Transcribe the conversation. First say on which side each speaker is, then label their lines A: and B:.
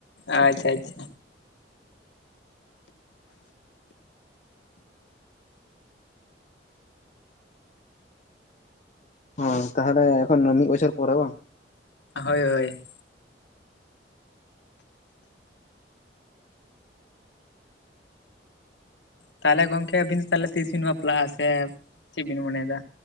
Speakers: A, on the left; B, on the left.
A: ᱟᱪᱪᱷᱟ ᱟᱪᱪᱷᱟ
B: ᱦᱚᱸ ᱛᱟᱦᱚᱞᱮ ᱮᱠᱷᱚᱱ ᱢᱤᱫ ᱵᱚᱪᱷᱚᱨ ᱯᱚᱨᱮ ᱵᱟᱝ
A: ᱦᱳᱭ ᱦᱳᱭ ᱛᱟᱦᱚᱞᱮ ᱜᱚᱢᱠᱮ ᱟᱵᱤᱱ ᱛᱟᱦᱚᱞᱮ ᱛᱤᱥ ᱵᱤᱱ ᱵᱟᱯᱞᱟᱜᱼᱟ ᱥᱮ ᱪᱮᱫ ᱵᱤᱱ ᱢᱚᱱᱮᱭᱮᱫᱟ?